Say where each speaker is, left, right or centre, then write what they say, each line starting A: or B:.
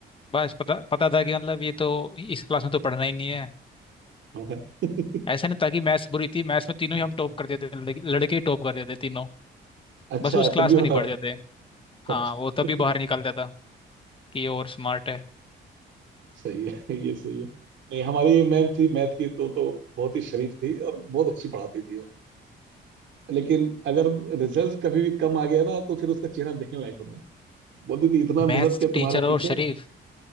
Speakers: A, on the left; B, on the right.
A: बस पता पता था कि मतलब ये तो इस क्लास में तो पढ़ना ही नहीं है
B: हाँ। <laughs>
A: ऐसा नहीं था कि मैथ्स बुरी थी मैथ्स में तीनों ही हम टॉप करते थे लड़के लड़के ही टॉप करते थे तीनों
B: अच्छा
A: बस उस क्लास
B: तब भी
A: में नहीं
B: हटा
A: पढ़ते थे
B: अच्छा
A: हाँ वो तभी बाहर निकलता था कि ये और स्मार्ट है
B: सही है <laughs> ये सही है नहीं हमारी मैम थी मैथ की तो तो बहुत ही शरीफ थी और बहुत अच्छी पढ़ाती थी वो लेकिन अगर रिजल्ट कभी भी कम आ गया ना तो फिर उसका चेहरा देखने लायक होता था। बोलती थी इतना मेहनत
A: मैथ्स
B: किया तुम्हारे
A: टीचर और
B: पीछे
A: शरीफ